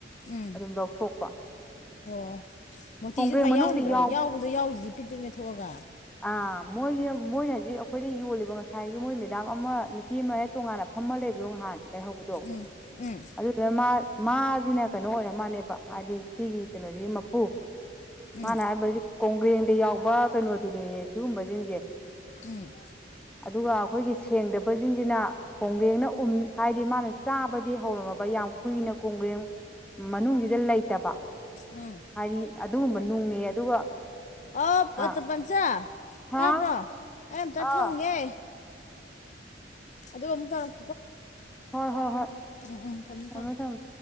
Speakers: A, on the left; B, in the centre.
A: ꯎꯝ
B: ꯑꯗꯨꯝ ꯂꯧꯊꯣꯛꯄ
A: ꯑꯣ ꯃꯣꯇꯤꯁ
B: ꯀꯣꯡꯒ꯭ꯔꯦꯡ
A: ꯑꯗꯨꯃꯥꯏꯅ
B: ꯃꯅꯨꯡꯗ
A: ꯌꯥꯎꯔꯤꯗ
B: ꯌꯥꯎ
A: ꯌꯥꯎꯕꯗꯣ ꯌꯥꯎꯔꯤꯁꯤ ꯄꯤꯠ ꯄꯤꯠꯅꯦ ꯊꯣꯛꯑꯒ
B: ꯑꯥ ꯃꯣꯏꯒꯤ ꯃꯣꯏꯅ ꯍꯧꯖꯤꯛ ꯑꯩꯈꯣꯏꯗ ꯌꯣꯜꯂꯤꯕ ꯉꯁꯥꯏꯒꯤ ꯃꯣꯏ ꯃꯦꯗꯥꯝ ꯑꯃ ꯅꯨꯄꯤ ꯑꯃ ꯍꯦꯛ ꯇꯣꯉꯥꯟꯅ ꯐꯝꯃ ꯂꯩ ꯣ ꯅꯍꯥꯟ ꯀꯩꯍꯧꯕꯗꯣ
A: ꯎꯝ ꯎꯝ
B: ꯑꯗꯨꯗꯨꯅ ꯁꯤꯅ ꯀꯩꯅꯣ ꯑꯣꯏꯔ ꯃꯥꯜꯅꯦꯕ ꯍꯥꯏꯗꯤ ꯁꯤꯒꯤ ꯀꯩꯅꯣꯁꯤꯒꯤ ꯃꯄꯨ
A: ꯎꯝ
B: ꯃꯥꯅ ꯍꯥꯏꯁꯤ ꯀꯣꯡꯒ꯭ꯔꯦꯡꯗ ꯌꯥꯎꯕ ꯀꯩꯅꯣꯗꯨꯅꯦ ꯁꯤꯒꯨꯝꯕꯁꯤꯡꯁꯦ
A: ꯎꯝ
B: ꯑꯗꯨꯒ ꯑꯩꯈꯣꯏꯒꯤ ꯁꯦꯡꯗꯕꯁꯤꯡꯁꯤꯅ ꯀꯣꯒꯦꯡꯅ ꯎ ꯍꯥꯏꯗꯤ ꯃꯥꯅ ꯆꯥꯕꯗꯤ ꯍꯧꯔꯝꯃꯕ ꯌꯥꯝ ꯀꯨꯏꯅ ꯀꯣꯡꯒ꯭ꯔ ꯃꯅꯨꯡꯁꯤꯗ ꯂꯩꯇꯕ
A: ꯎꯝ
B: ꯍꯥꯏꯗꯤ ꯑꯗꯨꯒꯨꯝꯕ ꯅꯨꯡꯅꯦꯌꯦ ꯑꯗꯨꯒ
A: ꯑꯣ
B: ꯑꯥ
A: ꯄꯟꯆꯥ
B: ꯍꯥ
A: ꯇꯥꯕ꯭ꯔꯣ ꯑꯩ ꯑꯝꯇ
B: ꯑꯥ
A: ꯊꯧꯒꯦ ꯑꯗꯨꯒ ꯑꯃꯨꯛꯇꯧꯔꯛ
B: ꯍꯣꯏ ꯍꯣꯏ ꯍꯣꯏ
A: ꯎꯝ ꯎꯝ ꯊꯝꯃꯣ
B: ꯊꯃꯦ
A: ꯊꯝꯃꯣ
B: ꯊꯝꯃꯦ